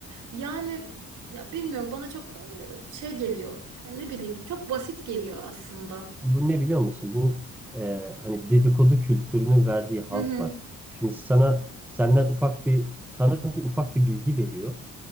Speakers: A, on the right; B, in the centre.
A: Yani ya bilmiyorum bana çok e, şey geliyor. Yani ne bileyim çok basit geliyor aslında.
B: Bu ne biliyor musun? Bu e, hani dedikodu kültürünün verdiği haz
A: Hı hı.
B: var. Şimdi sana senden ufak bir sana bir ufak bir bilgi veriyor.